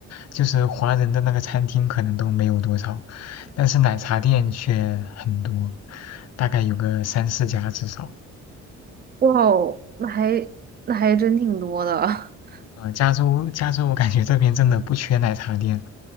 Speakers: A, on the left; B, on the right.
A: 就是华人的那个餐厅可能都没有多少，但是奶茶店却很多，大概有个三四家至少。
B: 哇哦，那还那还真挺多的。<laughs>
A: 呃，加州，加州，我感觉这边真的不缺奶茶店。